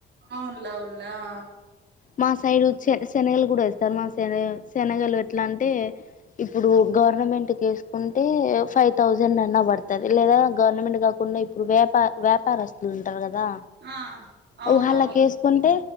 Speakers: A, on the right (about 60°); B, on the left (about 40°).
A: అవున్లే అవున్లే ఆ
B: మా సైడు చస్ శనగలు గూడా వేస్తారు మా సైరు శనగలు ఎట్లాంటే ఇప్పుడు గవర్నమెంట్ కేస్కుంటే ఫైవ్ థౌజండన్నా బడతది లేదా గవర్నమెంట్ కాకుండా ఇప్పుడు వ్యాపార వేపారస్తులుంటారు గ దా
A: ఆ, అవునవునులే
B: ఊ వాళ్లకేసుకుంటే